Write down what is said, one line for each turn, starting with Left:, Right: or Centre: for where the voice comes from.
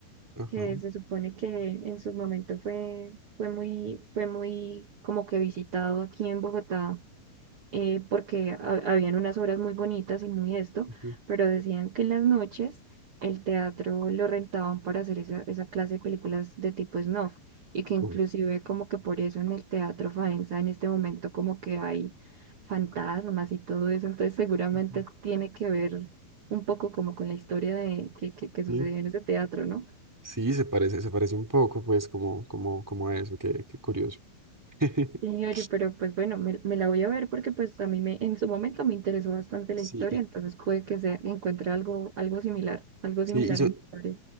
Centre: ajá,
Right: que se supone que en su momento fue, fue muy, fue muy como que visitado aquí en Bogotá eh, porque ha- habían unas obras muy bonitas y muy esto,
Centre: ujú,
Right: pero decían que en las noches el teatro lo rentaban para hacer esa, esa clase de películas de tipo snuff y que inclusive
Centre: ujú,
Right: como que por eso en el teatro Faenza en este momento como que hay fantasmas y todo eso, entonces seguramente
Centre: ujú.
Right: tiene que ver un poco como con la historia de que, que, que sucedió
Centre: Sí,
Right: en ese teatro, ¿no?
Centre: sí, se parece, se parece un poco, pues, como, como, como a eso, qué, qué curioso. <laughs>
Right: Sí, oye, pero pues bueno, me, me la voy a ver porque pues a mí me, en su momento me interesó bastante la
Centre: Sí,
Right: historia,
Centre: sí, y,
Right: entonces puede que se encuentre algo, algo similar, algo similar
Centre: sí, y son,
Right: en historia.